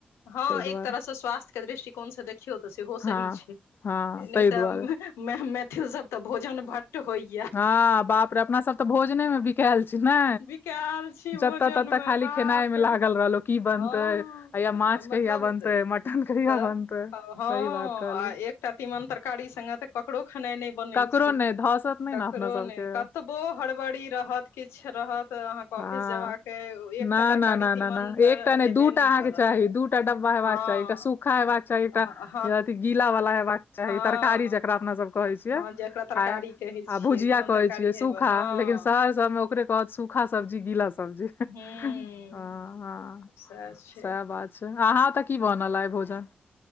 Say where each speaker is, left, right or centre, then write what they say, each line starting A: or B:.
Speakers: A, on the left; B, on the left.
A: हँ
B: ताहि
A: एक
B: दुआरे
A: तरहसँ स्वास्थ्य के दृष्टिकोण सँ देखियौ त सेहो
B: हँ
A: सही छै
B: हँ
A: नहि
B: ताहि दुआरे
A: तऽ मैथिल सब तऽ भोजन भटट होइय
B: हँ बाप रे अपना सब तऽ भोजने मे बिकायल छै ने
A: बिकायल छी
B: जतऽ
A: भोजन
B: ततऽ
A: मे
B: खाली
A: बाप
B: खेनाइ मे
A: रे
B: लागल रहलो की बनते
A: हँ
B: आ या माछ
A: मतलब
B: कहिया बनते मटन कहिया
A: तऽ
B: बनते
A: हँ
B: सही बात कहलियै
A: आ एकटा तीमन तरकारी संगे तऽ ककरो खेना नय बनै
B: ककरो
A: छै
B: नहि धसत नहि
A: ककरो
B: ने अपना सबके
A: नय कत बो हड़बड़ी रहत किछ रहत तऽ अहाँके
B: हँ
A: ऑफिस जेबाक के एकटा
B: ना
A: तरकारी
B: ना ना ना
A: तीमन
B: ना
A: तऽ
B: नहि
A: हेबे
B: दूटा
A: नइ
B: अहाँके
A: करत
B: चाही दूटा एकटा डब्बा हेबाक
A: हँ
B: चाही एकटा सूखा हेबाक चाही एकटा
A: हँ
B: अथि गीला वला हेयबाक चाही
A: हँ
B: तरकारी जकरा अपना सब कहै छियै
A: हँ जकरा तरकारी
B: आ
A: कहै छियै
B: आ भुजिया
A: तीमन
B: कहै
A: तरकारी
B: छियै
A: हेबै
B: सूखा
A: हँ
B: लेकिन शहर सबमे ओकरे कहत सूखा सब्जी गीला सब्जी हं
A: हूँ
B: हं
A: सएह छै
B: से बात छै अहाँ तऽ की बनल आय भोजन